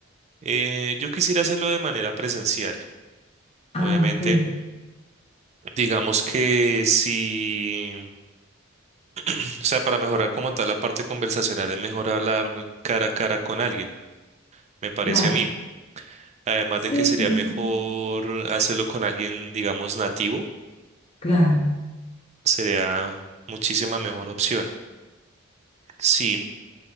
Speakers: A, on the right; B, on the left.
A: Eh, yo quisiera hacerlo de manera presencial,
B: Ah,
A: obviamente.
B: ok,
A: Digamos que si... O sea, para mejorar como tal la parte conversacional es mejor hablar cara a cara con alguien, me parece
B: claro.
A: a mí. Además
B: Sí,
A: de que sería
B: sí,
A: mejor
B: sí,
A: hacerlo con alguien, digamos, nativo,
B: claro.
A: sería muchísima mejor opción. Sí,